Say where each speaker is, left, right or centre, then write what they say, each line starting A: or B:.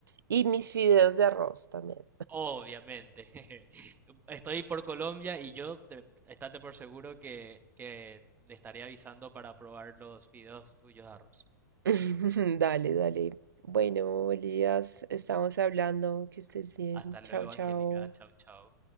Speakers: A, on the right; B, on the right.
A: Y mis fideos de arroz también.
B: Obviamente. <laughs> Estoy por Colombia y yo te, estate por seguro que, que le estaré avisando para probar los fideos suyos de arroz.
A: <laughs> Dale, dale. Bueno, Elías, estamos hablando. Que estés bien.
B: Hasta luego,
A: Chao, chao.
B: Angélica. Chau, chau.